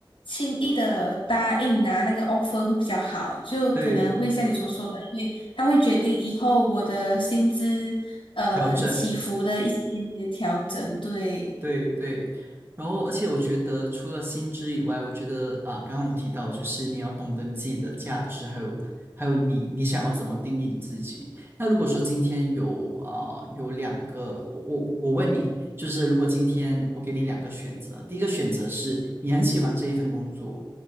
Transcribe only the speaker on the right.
对，
调整。
对对，然后而且我觉得除了薪资以外，我觉得啊，刚刚我提到就是你要懂得你自己的价值，还有还有你你想要怎么定义你自己。那如果说今天有啊、有两个，我我我问你，就是如果今天我给你两个选择，第一个选择是你很喜欢这一份工作，